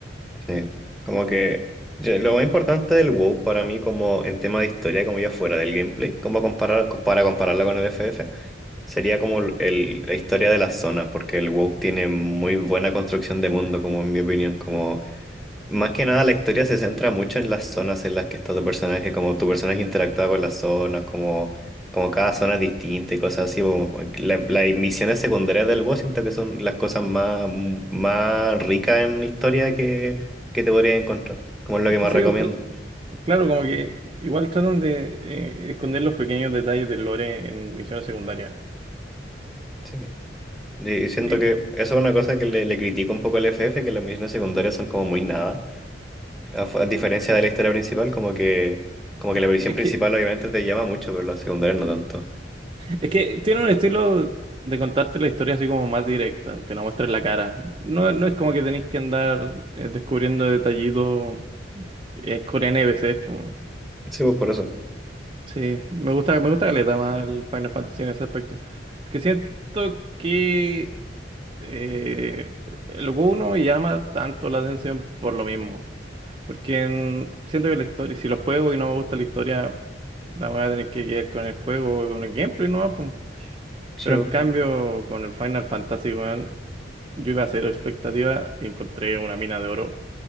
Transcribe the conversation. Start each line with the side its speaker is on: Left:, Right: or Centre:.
Centre: Sí, como que yo- lo más importante del WoW para mí como en tema de historia, como ya fuera del gameplay, como comparar, para compararla con el FF, sería como el- la historia de la zona, porque el WoW tiene muy buena construcción de mundo, como en mi opinión, como más que nada, la historia se centra mucho en las zonas en las que está tu personaje, como tu personaje interactúa con las zonas, como, como cada zona es distinta y cosas así. como- la- las misiones secundarias del boss siento que son las cosas más, más ricas en historia que, que te podrías encontrar, como es lo
Right: Es
Centre: que
Right: que
Centre: más
Right: sí,
Centre: recomiendo.
Right: o cl- claro, como que igual tratan de eh, esconder los pequeños detalles del lore en misiones secundarias.
Centre: Sí, po. y siento
Right: Sí,
Centre: que eso es una cosa que le, le critico un poco al FF, que las misiones secundarias son como muy nada, a, fu- a diferencia de la historia principal, como que, como que la misión
Right: es
Centre: principal
Right: que,
Centre: obviamente te llama mucho, pero las secundarias no tanto.
Right: es que tiene un estilo de contarte la historia así como más directa, te la muestra en la cara. No, no es como que tenéis que andar eh, descubriendo detallitos eh, con NPCs. po.
Centre: Sí, pues por eso.
Right: Sí, me gusta, me gusta caleta más el Final Fantasy en ese aspecto. Porque siento que eh, el juego no me llama tanto la atención por lo mismo. Porque mm, siento que la historia, si lo juego y no me gusta la historia, la voy a tener que quedar con el juego, con el gameplay, ¿no? Pum.
Centre: Sí,
Right: Pero
Centre: po.
Right: en cambio, con el Final Fantasy, weón, yo iba a cero expectativa y encontré una mina de oro.